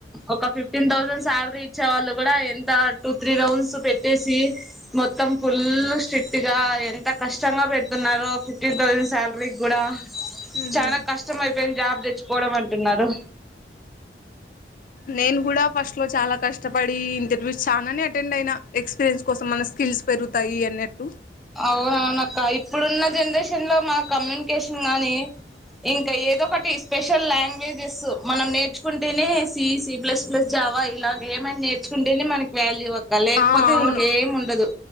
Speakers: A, in the centre; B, on the left (about 50°).
A: ఒక ఫిఫ్టీన్ థౌసండ్ సా సాలరీ ఇచ్చే వాళ్ళు కూడా ఎంత టూ త్రీ రౌండ్స్ పెట్టేసి మొత్తం ఫుల్ స్టి క్ట్ గా ఎంత కష్టంగా పెడుతున్నారో ఫిఫ్టీన్ థౌసండ్ సాలరీ కూడా
B: ఉహు
A: చాలా కష్టం అయిపోయింది జాబ్ తెచ్చుకోవడం అంటున్నారు
B: నేను కూడా ఫస్ట్ లో చాలా కష్టపడి ఇంటర్వ్యూస్ చానానే అటెండ్ అయిన ఎక్స్పీరియన్స్ కోసం మనెస్ స్కిల్స్ పెరుగుతాయి అన్నట్టు
A: అవునవునక్క ఇప్పుడున్న జనరేషన్ లో మన కమ్యూనికేషన్ గానీ ఇంకా ఏదో ఒకటి స్పెషల్ లాంగ్వేజెస్ మనం నేర్చుకుంటేనే C C plus plus Java నవా ఇలాగే ఏమైన నేర్చుకుంటేనే మనకి వాల్యూ అక్క లేకపోతే
B: ఆ అవును
A: ఇంకేం ఉండదు